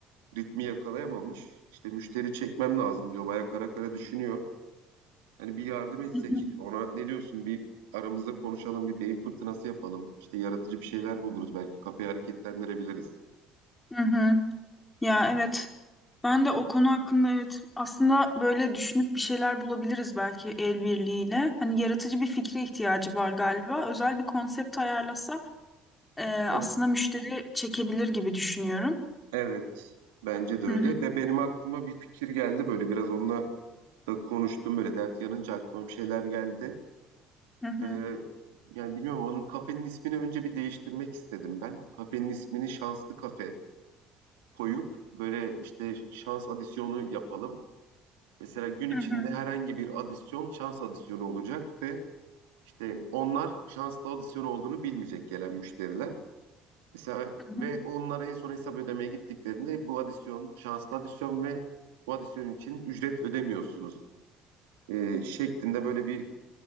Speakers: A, on the right; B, on the left.
A: ritmi yakalayamamış. İşte müşteri çekmem lazım diyor. Bayağı kara kara düşünüyor. Hani bir yardım etsek
B: Hı hı.
A: ona ne diyorsun bir aramızda konuşalım bir beyin fırtınası yapalım. İşte yaratıcı bir şeyler buluruz belki kafeyi hareketlendirebiliriz.
B: Hı hı. Ya evet. Ben de o konu hakkında evet aslında böyle düşünüp bir şeyler bulabiliriz belki el birliğiyle. Hani yaratıcı bir fikre ihtiyacı var galiba. Özel bir konsept ayarlasa e, aslında
A: Hı?
B: müşteri çekebilir gibi düşünüyorum.
A: Evet, bence de öyle.
B: Hı hı.
A: Ve benim aklıma bir fikir geldi böyle biraz onunla da konuştum böyle dert yanınca aklıma bir şeyler geldi.
B: Hı hı.
A: Ee, yani bilmiyorum onun kafenin ismini önce bir değiştirmek istedim ben. Kafenin ismini Şanslı Kafe koyup böyle işte şans adisyonu yapalım. Mesela gün içinde
B: Hı hı.
A: herhangi bir adisyon şans adisyonu olacak ve işte onlar şanslı adisyon olduğunu bilmeyecek gelen müşteriler. Mesela
B: Hı hı.
A: ve onlara en son hesap ödemeye gittiklerinde bu adisyon şanslı adisyon ve bu adisyon için ücret ödemiyorsunuz e, şeklinde böyle bir